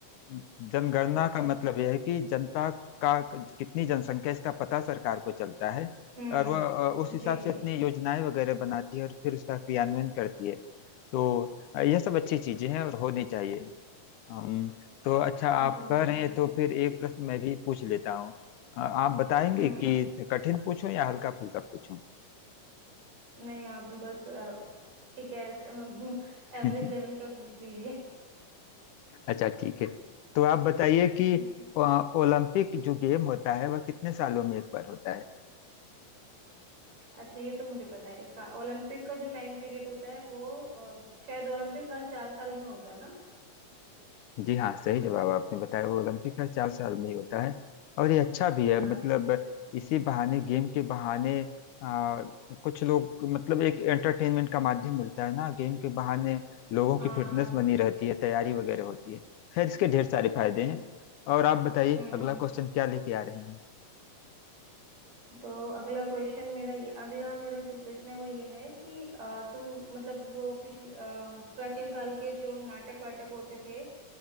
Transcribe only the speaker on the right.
अच्छा
हाँ
हम्म
जी
जी
बिल्कुल
बिल्कुल
हम्म
नहीं आप बस अ, ठीक है <laughs>
एवरेज लेवल का पूछ लीजिए
हम्म
अच्छा ये तो मुझे पता है इसका ओलंपिक का जो टाइम पीरियड होता है वो अ, शायद ओलंपिक हर चार साल में होता है ना
हाँ
हाँ
बिल्कुल
हम्म
तो अगला क्वेश्चन मेरा ये अगला मेरा जो प्रश्न है वो ये है कि अ, तुम मतलब वो पिछले अ, प्राचीन काल के जो नाटक वाटक होते थे